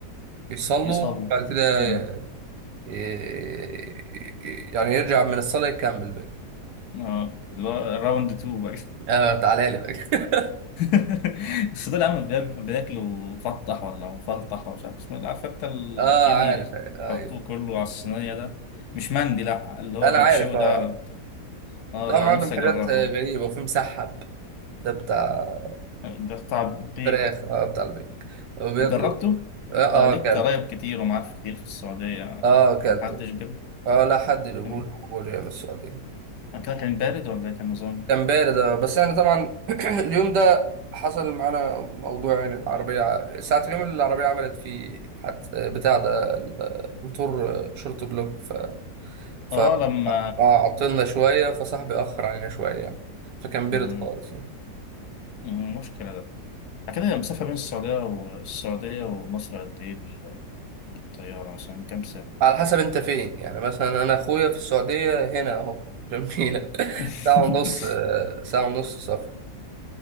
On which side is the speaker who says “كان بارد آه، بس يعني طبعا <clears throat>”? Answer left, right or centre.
Right